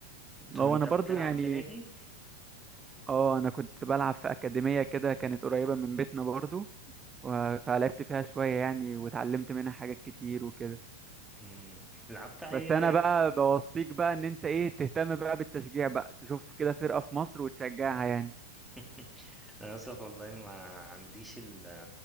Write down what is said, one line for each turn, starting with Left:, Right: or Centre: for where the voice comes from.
Centre: طب
Right: هو
Centre: انت
Right: انا برضو
Centre: بتلعب
Right: يعني
Centre: في نادي؟
Right: اه انا كنت بلعب في اكاديميه كده كانت قريبه من بيتنا برضو و- فلعبت فيها شويه يعني واتعلمت منها حاجات كتير وكده
Centre: مم. لعبت اي
Right: بس انا بقى بوصيك بقى ان انت ايه تهتم بقى بالتشجيع بقى تشوف كده فرقة في مصر وتشجعها يعني
Centre: <laughs> انا اسف والله ما عنديش ال